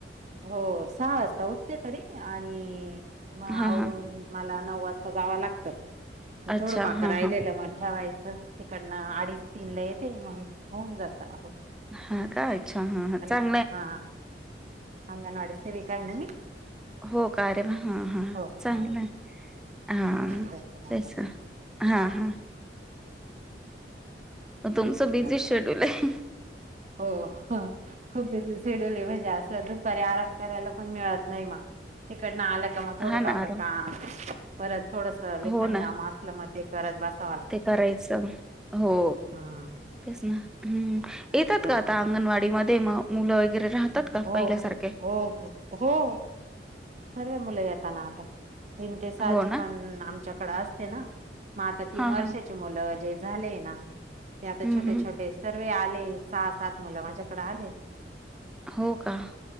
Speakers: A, on the right; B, in the centre.
A: हो सहा वाजता उठते तरी आणि मग आवरून
B: हा हा
A: मला नऊ वाजता जावा ग
B: अच्छा
A: थोडं पाक
B: हा
A: राहिलेलं
B: हा
A: मग ठेवायचं तिकडन अडी. तीन ला येते मग होऊन जाता.
B: हा काय इच्छा हा चाल.
A: हा हंग नडसेव काय न मी
B: हो का रे हा हा
A: हो
B: चांगलं
A: हा
B: आहे. हा
A: त्याच्यामुळे
B: तेस हा हा. तुमचं बिझी
A: जात
B: शेड्यूल आहे.
A: हो खूप सिडली मजा असते. करायला पण मित नाही तिकड आ. मग थोडं
B: हा ना
A: पा
B: आराम
A: काम परत थोडस ललेखन
B: हो ना
A: काम असलं मग ते करत बस.
B: ते करायचं हो
A: हम्म
B: तेच ना हम्. येतात
A: त्याच्यामुळे
B: का आता अंगणवाडीमध्ये म मुलं. वगैरे राहतात
A: हो
B: का
A: हो
B: पहिल्यासारखे
A: हो हो. सर्व मुलं येताना आता तीन ते सहाचे
B: हो ना
A: पण आमच्याकडे असत. मग आता तीन
B: हा हा
A: वर्षाचे मुलं जे झाले ना ते आता
B: हम्म
A: छोटे
B: हम्म
A: छोटे सर्व. आले सहा सात मुलं माझ्याकडे आले.
B: हो का